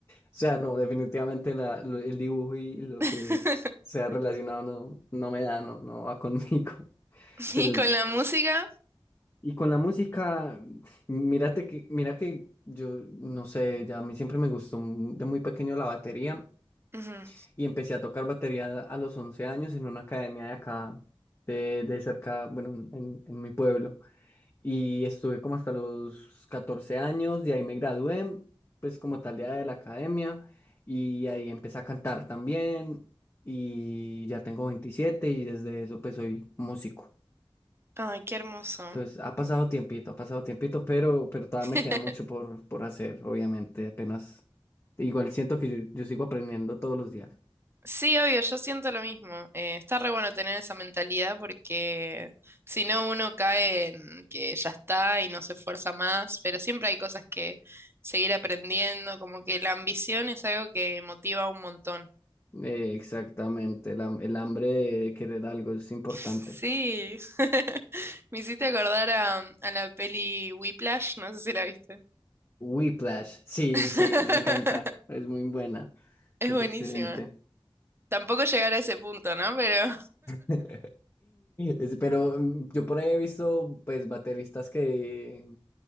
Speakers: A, on the left (about 30°); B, on the right (about 25°).
A: sea, no, definitivamente la- lo- el dibujo y lo
B: <laughs>
A: que sea relacionado no, no me da, no, no va conmigo. <laughs> Pero,
B: Y con
A: es-
B: la música.
A: y con la música, mírate que, mira que yo, no sé, ya a mí siempre me gustó m- de muy pequeño la batería
B: ujú.
A: y empecé a tocar batería a los 11 años en una academia de acá, de, de cerca, bueno, en, en mi pueblo. Y estuve como hasta los 14 años, de ahí me gradué, pues como tal ya de la academia, y ahí empecé a cantar también, y ya tengo 27 y desde eso pues soy músico.
B: Ay, qué hermoso.
A: Entonces ha pasado tiempito, ha pasado tiempito, pero, pero todavía
B: <laughs>
A: me queda mucho por, por hacer, obviamente, apenas. Igual siento que yo, yo sigo aprendiendo todos los días.
B: Sí, obvio, yo siento lo mismo. Eh, está re bueno tener esa mentalidad porque si no uno cae en que ya está y no se esfuerza más, pero siempre hay cosas que seguir aprendiendo, como que la ambición es algo que motiva un montón.
A: Eh, exactamente, el, ham- el hambre de querer algo es importante.
B: Sí, <laughs> me hiciste acordar a, a la peli Whiplash, no sé si la viste.
A: Whiplash, sí,
B: <laughs>
A: sí, me encanta, es muy buena,
B: Es
A: es
B: buenísima.
A: excelente.
B: Tampoco llegar a ese punto, ¿no? Pero...
A: <laughs> Es- Pero mm, yo por ahí he visto pues bateristas que